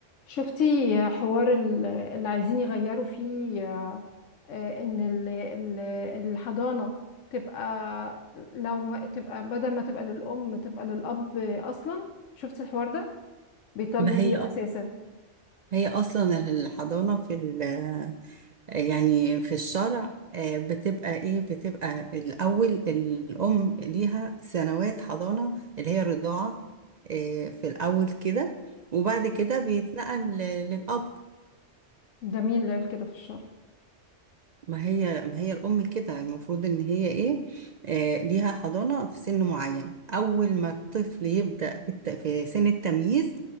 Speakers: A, on the left; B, on the right.
A: شفتي حوار ال- اللي عايزين يغيروا فيه آه، آه، ان ال- ال- الحضانة تبقى لو ما تبقى بدل ما تبقى للأم تبقى للأب أصلا شفتي الحوار ده بيطالبوا
B: ما هي
A: بيه أساسا
B: هي اصلا الحضانه في ال يعني في الشرع آه، بتبقى ايه بتبقى الاول الام ليها سنوات حضانه اللي هي الرضاعه آه، في الاول كده وبعد كده بيتنقل للاب
A: ده مين اللي قال كده في الشرع
B: ما هي ما هي الأم كده المفروض إن هي إيه آه ليها حضانة في سن معين أول ما الطفل يبدأ في, الت... في سن التمييز